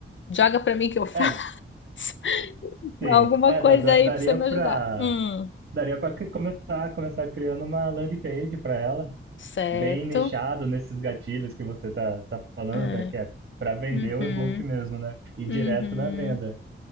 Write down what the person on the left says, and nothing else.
joga pra mim que eu faço.
<laughs>
Alguma
coisa
aí
pra você me
ajudar. Hum,
certo.
Ah,
uhum,
uhum.